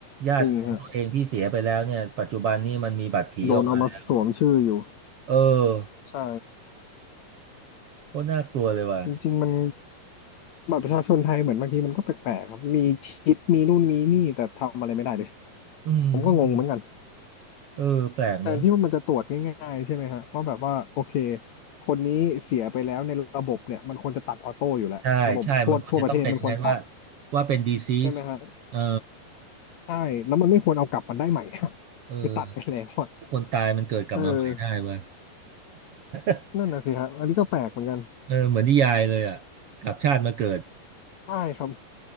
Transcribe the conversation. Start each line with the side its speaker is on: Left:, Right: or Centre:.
Right: ญาติของตัวเองที่เสียไปแล้วเนี่ยปัจจุบันนี้มันมีบัตรผีออกมาแล้ว
Left: จริงฮะโดนเอามาสวมชื่ออยู่
Right: เออ
Left: ใช่
Right: โคตรน่ากลัวเลยว่ะ
Left: จริงๆมันบัตรประชาชนไทยเหมือนบางทีมันก็แปลกๆครับมีชิปมีนู่นมีนี่แต่ทำอะไรไม่ได้เลย
Right: อืมอืม
Left: ผมก็งงเหมือนกัน
Right: เออแปลกเนอะ
Left: แทนที่ว่ามันจะตรวจง่ายๆใช่ไหมฮะว่าแบบว่าโอเคคนนี้เสียไปแล้วในระบบเนี่ยมันควรจะตัดออโต้อยู่แล้วระบบทั่วทั่วประเทศมันควรตัด
Right: ใช่ใช่ มันควรจะต้องเป็นอย่างนั้นว่าว่าเป็น disease
Left: ใช่ไหมฮะ
Right: เออ
Left: ใช่แล้วมันไม่ควรเอากลับมันได้ใหม่อะ <laughs>
Right: เออ
Left: คือตัดไปแล้วอะ
Right: คนตายมันเกิดกลับมาใหม่ได้เว้ย
Left: เออ
Right: <laughs>
Left: นั่นน่ะสิฮะอันนี้ก็แปลกเหมือนกัน
Right: เออเหมือนนิยายเลยอ่ะกลับชาติมาเกิด
Left: ใช่ครับ